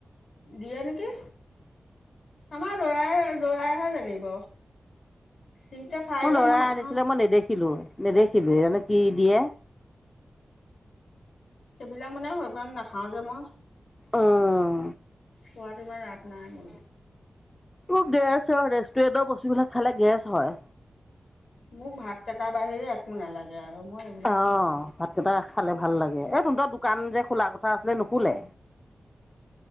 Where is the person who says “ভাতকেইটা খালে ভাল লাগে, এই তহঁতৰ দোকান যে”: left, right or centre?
Left